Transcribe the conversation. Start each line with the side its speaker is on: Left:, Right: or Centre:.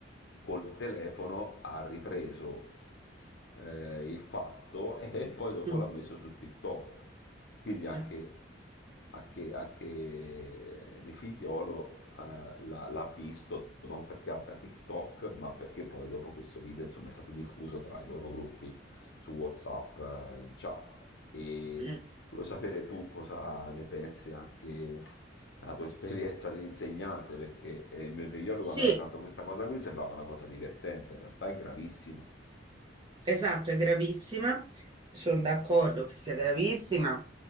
Left: col telefono ha ripreso eh, il fatto e poi dopo
Right: mh.
Left: l'ha messo su TikTok. Quindi anche,
Right: Eh.
Left: anche, anche mio figliolo eh, l'ha, l'ha visto non perché abbia TikTok, ma perché poi dopo questo video insomma, è stato diffuso tra i loro gruppi su WhatsApp eh, in chat. E,
Right: Eh, eh.
Left: Vuoi sapere tu cosa ne pensi anche dalla tua esperienza di insegnante? Perché eh, il mio figliolo quando
Right: Sì.
Left: ha raccontato questa cosa qui sembrava una cosa divertente, in realtà è gravissima,
Right: Esatto, è gravissima, sono d'accordo che sia gravissima.